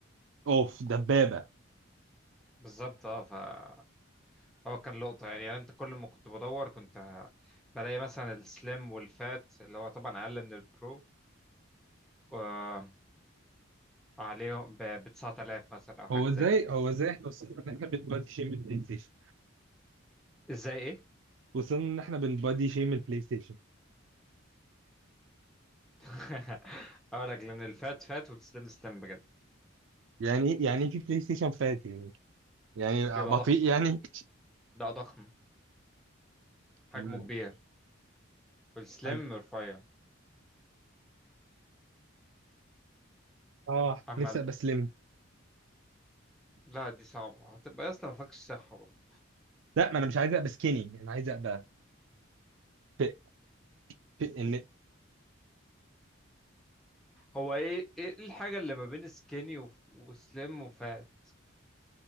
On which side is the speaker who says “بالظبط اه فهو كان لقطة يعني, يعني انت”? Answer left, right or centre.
Centre